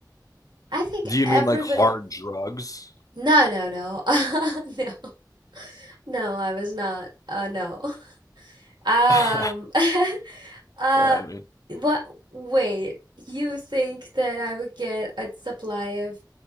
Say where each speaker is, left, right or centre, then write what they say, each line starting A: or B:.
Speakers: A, on the right (about 75°); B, on the left (about 50°).
A: I think
B: Do you
A: everybody.
B: mean like hard drugs?
A: No, no, no. <laughs> No, no, I was not. Uh, no. Um,
B: <laughs>
A: <laughs> uh,
B: Or, I mean,
A: what? Wait, you think that I would get a supply of